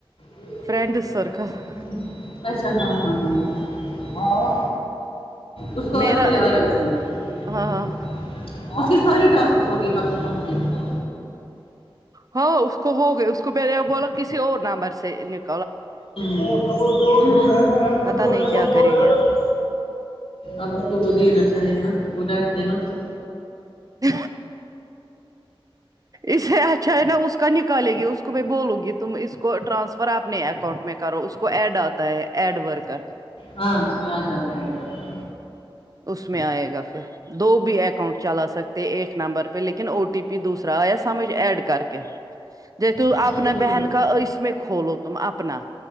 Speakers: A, on the left; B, on the right.
A: ہوں
B: فرینڈ سرکل
A: اچھا ہاں ہاں ہاں ہاں اس کو آتے
B: میرا
A: ہیں آرام سے اس
B: ہاں
A: کے سارے ٹاسکس ہو گئے پرسوں کمپلیٹ
B: ہاں اس کو ہوگیا اس کو پہلے بولا کسی اور نمبر سے نک
A: ہوں
B: پتا
A: ہوں
B: نہیں کیا کرے گی اب
A: اب اس کو وہ دینا چاہے نا وہ ڈرتی ہے نا اس سے
B: ہ اسے اچھا ہے نا اس کا نکالے گی اس کو میں بولوں گی تم اس کو ٹرانسفر اپنے اکاؤنٹ میں کرو اس کو ایڈ آتا ہے ایڈ ورکر
A: ہاں اس میں آ جاتے ہیں ایڈ ورکر
B: اس میں آئے گا پھر دو بھی اکاؤنٹ چلا سکتے ایک نمبر پہ لیکن او ٹی پی دوسرا ایس یم ایس ایڈ کر کے جی تو
A: اچھا
B: اپنا
A: ٹھیک
B: بہن کا اس میں کھولو تم اپنا